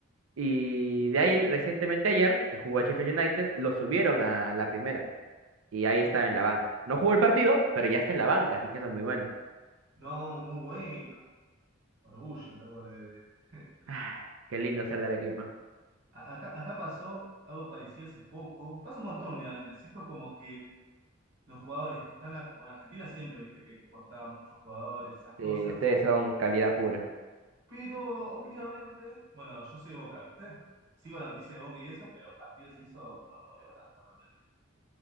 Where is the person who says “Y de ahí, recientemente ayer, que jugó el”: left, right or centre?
Right